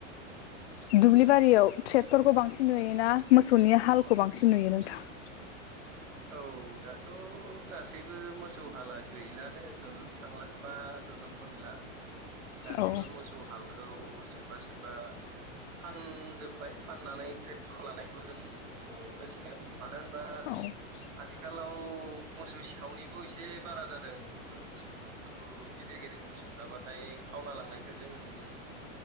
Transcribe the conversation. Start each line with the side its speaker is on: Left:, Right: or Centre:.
Left: दुब्लि बारियाव ट्रेक्टरखौ बांसिन नुयोना मोसौनि हालखौ बांसिन नुयो नोंथाङा
Right: औ दाथ' गासैबो मोसौ हाला गैलानो नुुनोनो थांला बा नुनो मोनला गासैबो
Left: औ
Right: मोसौ हालखौ सोरबा सोरबा फानजोबबाय फाननानै ट्रेक्टर लानायखौ जों नुगासिनो मानो होनबा
Left: औ
Right: आथिखालाव मोसौ सिखावनिबो एसे बारा जादों मोसौ फोरखौबो गिदिर गिदिर मोसौ थाबाथाय खावना लांनायखौ जोङो नुनो मोनो